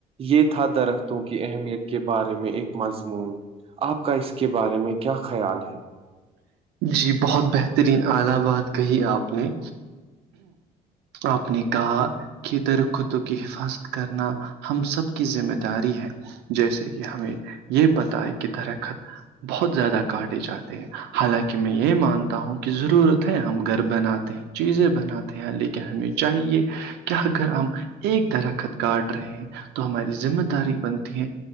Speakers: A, on the right; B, on the right.
A: یہ تھا درختوں کی اہمیت کے بارے میں ایک مضمون آپ کا اس کے بارے میں کیا خیال ہے
B: جی بہت بہترین اعلا بات کہی آپ نے آپ نے کہا کی درختوں کی حفاظت کرنا ہم سب کی ذمہ داری ہے جیسے کہ ہمیں یہ پتا ہے کہ درخت بہت زیادہ کاٹے جاتے ہیں حالانکہ میں یہ مانتا ہوں کہ ضرورت ہے ہم گھر بناتے ہیں چیزیں بناتے ہیں لیکن ہمیں چاہیے کہ اگر ہم ایک درخت کاٹ رہے ہیں تو ہماری ذمہ داری بنتی ہے